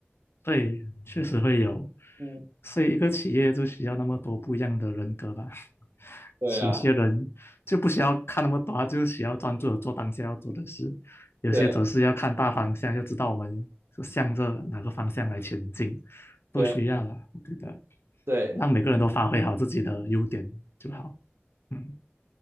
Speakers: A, on the left; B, on the right.
A: 对，确实会有，
B: 嗯，
A: 所以一个企业就需要那么多不一样的人格吧。<laughs>
B: 对呀，
A: 有些人就不需要看那么多，他就需要专注的做当下要做的事；有些则是要看大方向，
B: 对
A: 要知道我们是向着哪个方向来前进，都需要了。
B: 对
A: 我觉得
B: 对。
A: 让每个人都发挥好自己的优点就好。
B: 嗯。
A: 嗯